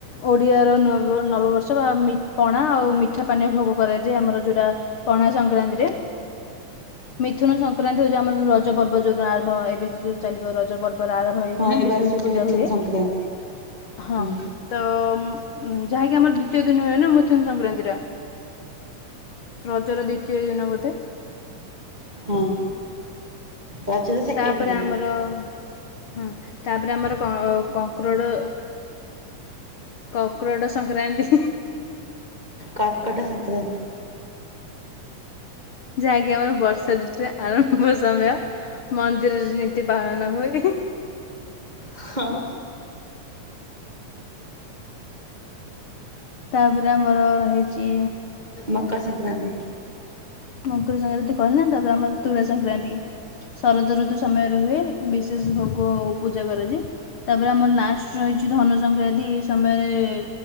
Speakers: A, on the left; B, on the right.
A: ଓଡ଼ିଆର ନବନବବର୍ଷ ବା ମି ପଣା ଆଉ ମି ଠା ପାନୀୟ ଭୋଗ କରାଯାଏ ଆମର ଯୋଉଟା ପଣା ସଂକ୍ରାନ୍ତିରେ। ମିଥୁନ ସଂକ୍ରାନ୍ତି ହଉଚି ଆମର ରଜ ପର୍ବ ଯୋଉ ଆରମ୍ଭ ଏବେ ଯଉ ଚାଲିବ ରଜ ପର୍ବର ଆରମ୍ଭ ଶେଇ
B: ହଁ
A: ଦିନ
B: ଏବେ
A: ବିଶେଷ
B: ଆସୁଛି
A: ପୂଜା
B: ମିଥୁନ
A: ହୁଏ
B: ସଂକ୍ରାନ୍ତି
A: ହଁ।
B: ହୁଁ
A: ତ ଯାହାକି ଆମର ଦୁତୀୟ ଦିନ ହୁଏ ନା ମଥୁନ ସଂକ୍ରାନ୍ତିତ ଟା। ରଜର ଦ୍ୱତୀୟ ଦିନ ବୋଧେ?
B: ହଁ। ରଜର ସେକେଣ୍ଡ
A: ତାପରେ
B: ଦିନ
A: ଆମର ହଁ ତାପରେ ଆମର କଙ୍କରୋଡ଼ କଙ୍କକ୍ରୋଟ ସଂକ୍ରାନ୍ତି।
B: କର୍କଟ ସଂକ୍ରାନ୍ତି।
A: ଯାହାକି ଆମର ବର୍ଷା ଋତୁରେ ଆରମ୍ଭ ସମୟ। ମନ୍ଦିରରେ ନୀତି ପାଳନ ହୁଏ।
B: ହଁ।
A: ତାପରେ ଆମର ହେଇଚି
B: ମକର ସଂକ୍ରାନ୍ତି।
A: ମକର ସଂକ୍ରାନ୍ତି କହିଲ ନା ତାପରେ ଆମର ତୁଳା ସଂକ୍ରାନ୍ତି। ଶରଦ ଋତୁ ସମୟରେ ହୁଏ ବିଶେଷ ଭୋଗ ଓ ପୂଜା କରାଯାଏ। ତାପରେ ଆମର ଲାଷ୍ଟ ରହିଚି ଧନୁ ସଂକ୍ରାନ୍ତି ଏ ସମୟରେ